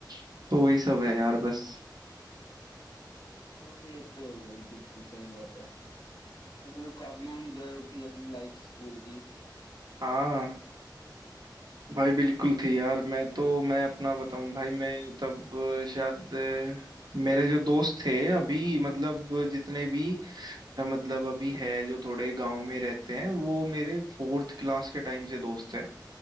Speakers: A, on the right (about 60°); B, on the left (about 85°).
A: तो वही सब है यार बस
B: हाँ ये तो वही बिल्कुल सही बात है मतलब काफी इंजॉय थी अपनी लाइफ स्कूल की
A: हाँ भाई बिल्कुल थी यार मैं तो मैं अपना बताऊं भाई मैं तब अ, शायद अ, मेरे जो दोस्त थे अभी मतलब जितने भी अ, मतलब अभी है जो थोड़े गांव में रहते हैं वो मेरे फोर्थ क्लास के टाइम से दोस्त हैं